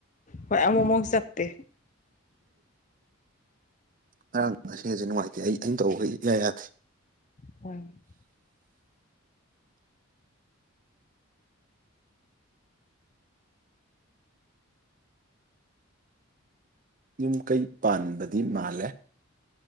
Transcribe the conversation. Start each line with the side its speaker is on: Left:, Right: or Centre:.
Left: ꯍꯣꯏ ꯑꯃꯨꯛꯃꯨꯛ ꯆꯞꯄꯤ
Right: ꯉꯔꯥꯡ ꯉꯁꯤꯒꯖꯦ ꯅꯨꯡꯉꯥꯏꯇꯦ ꯑꯩ ꯑꯩꯅ ꯇꯧꯕ ꯒꯩꯖꯦ ꯏꯌꯥ ꯌꯥꯗꯦ
Left: <unintelligible>
Right: ꯌꯨꯝ ꯀꯩ ꯄꯥꯟꯕꯗꯤ ꯃꯥꯜꯂꯦ